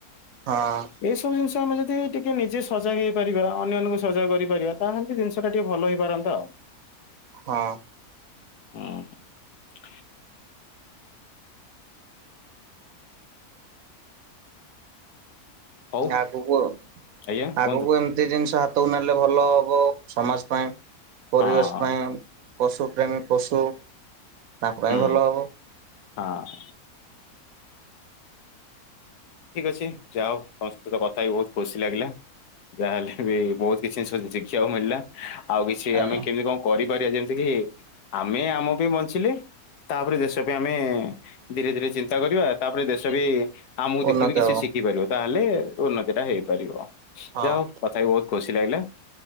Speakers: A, on the right (about 70°); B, on the left (about 85°).
A: ହଁ
B: ଏସବୁ ଜିନିଷ ଆମେ ଯଦି ଟିକେ ନିଜେ ସଜାଗ ହେଇପାରିବା ଅନ୍ୟମାନଙ୍କୁ ସଜାଗ କରିପାରିବା ତାହେଲେ ଜିନିଷ ଟା ଟିକେ ଭଲ ହେଇପାରନ୍ତା ଆଉ।
A: ହଁ।
B: ହୁଁ <unintelligible> ହଉ
A: ଆଗକୁ
B: ଆଜ୍ଞା କୁହନ୍ତୁ
A: ଆଗକୁ ଏମତି ଜିନିଷ ନେଲେ ଭଲ ହବ ସମାଜ ପାଇଁ ପରିବେଶ
B: ହଁ
A: ପାଇଁ ପଶୁ ପ୍ରେମୀ ପଶୁ ତାଙ୍କ ପାଇଁ
B: ହୁଁ
A: ଭଲ ହବ <unintelligible>
B: ହଁ। ଠିକ ଅଛି ଯାଅ ତମ ସହିତ କଥା ହେଇ କି ବହୁତ ଖୁସି ଲାଗିଲା ଯାହାହେଲେ ବି ବହୁତ କିଛି ଶିଖିବାକୁ ମିଳିଲା। ଆଉ କିଛି
A: ଆଜ୍ଞା
B: ଆମେ କେମିତି କଣ କରିବୁ? ଯେମିତି କି ଆମେ ଆମ ପାଇଁ ବଞ୍ଚିଲେ ତାପରେ ଦେଶ ପାଇଁ ଆମେ ଧୀରେ ଧୀରେ ଚିନ୍ତା କରିବା ତାପରେ ଦେଶ ସବ <inaudible> ହଁ ମୁଁଦ
A: ଉନ୍ନତି
B: <unintelligible> କିଛି
A: ହବ
B: ଶିଖିପାରିବ ତାହେଲେ ଉନ୍ନତି ଟା ହେଇପାରିବ।
A: ହଁ।
B: ଯାହା ହେଉ କଥା ବି ବହୁତ ଖୁସି ଲାଗିଲା